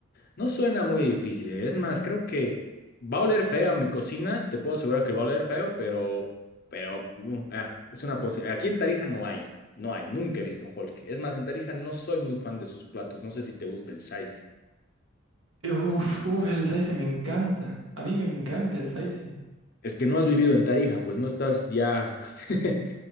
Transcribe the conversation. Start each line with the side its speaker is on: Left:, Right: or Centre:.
Left: No suena muy difícil. ¿eh? Es más, creo que va a oler feo mi cocina. Te puedo asegurar que va a oler feo, pero, pero uh, ah, es una posibilidad. Aquí en Tarija no hay. No hay. Nunca he visto Hulk. Es más, en Tarija no soy muy fan de sus platos. No sé si te gusta el saice.
Right: Uf, uf, el saice me encanta. A mí me encanta el saice.
Left: Es que no has vivido en Tarija, pues no estás ya. <laughs>